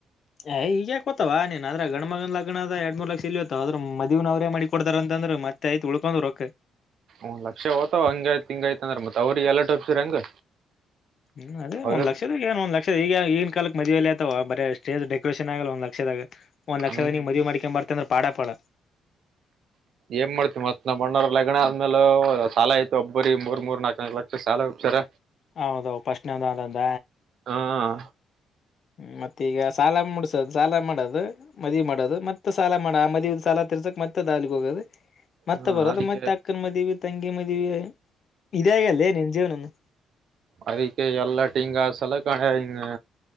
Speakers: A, on the left; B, on the right.
A: ಹೇಯ್ ಈಗ್ಯಾಕೋತವ ನೀನ್ ಅದ್ರ ಗಣ ಮಗನ ಲಗ್ನದ ಎರಡ್ ಮೂರ್ ಲಕ್ಷ ಎಲ್ಲಿ ಹೋತವಾ ಮದುವೆನು ಅವ್ರೇ ಮಾಡಿ. ಕೊಡ್ತಾರ ಅಂತಂದ್ರ ಮತ್ತೆ ಆಯ್ತ ಉಳ್ಕೊಂಡ್ ರಕ್ಕ.
B: ಒಂದ್ ಲಕ್ಷ ಹೋತವ ಹಂಗ ಆಯ್ತ್ ಹಿಂಗ ಆಯ್ತ ಅಂದ್ರ ಮತ್ತ್ ಅವ್ರಿಗೆ ಎಲ್ಲಟ್ ಒಪ್ಸಿದ್ರೆ ಹೆಂಗ.
A: ಹ್ಮ್ ಅದೇ
B: ಹೌದು
A: ಒಂದ್ ಲಕ್ಷದ ಏನ್ ಒಂದ್ ಲಕ್ಷ ಈಗ. ಕಾಲಕ್ ಮದುವೆ ಎಲ್ಲಿ ಆತವಾ ಬರೇ ಸ್ಟೇಜ್ ಡೆಕೋರೇಷನ್ ಆಗಲ್ಲ ಒಂದ ಲಕ್ಷದಾಗ ಒಂದ ಲಕ್ಷದ
B: ಹ್ಮ್
A: ನಿನ್ ಮದುವೆ ಮಾಡ್ಕೊಂಡು ಬರ್ತಿ ಅಂದ್ರೆ. ಪಾಡಪಡ.
B: ಏನ್ ಮಾಡ್ತಿ ಮತ್ ನಮ್ ಅಣ್ಣಾರ ಲಗಣ ಆದ್ಮೇಲೆ. ಸಾಲ ಆಯ್ತು ಒಬ್ಬರಿ ಮೂರ್ ಮೂರ್ ನಾಲ್ಕ ನಾಕಕ್ ಲಕ್ಷ ಸಾಲ ಒಪ್ಸ್ಯರ.
A: ಹೌದ ಹೌದ ಪಶ್ನೆವದಂದ.
B: ಹಾ
A: ಹ್ಮ ಮತ್ತ ಈಗ ಸಾಲ ಮುಡಸದು ಸಾಲ ಮಾಡೋದು ಮದಿವಿ ಮಾಡೋದು ಮತ್. ಮತ್ತ ಸಾಲ ಮಾಡ ಆ ಮದಿವಿ ಸಾಲ ತಿರ್ಸಕ್ ಮತ್ತೆ ದಾಲಿಗೆ ಹೋಗೋದ ಮತ್ತೆ
B: ಹಾ
A: ಬರೋದು
B: ಅದಕ್ಕೆ
A: ಮತ್ತೆ ಅಕ್ಕನ ಮದಿವಿ. ತಂಗಿ ಮದುವಿ ಇದೆ ಆಗ್ಯಾದ ನಿನ್ ಜೀವನನ್ನು.
B: ಅದಕ್ಕೆ ಎಲ್ಲ ಟಿಂಗ ಸಲಕ ಹಣೆ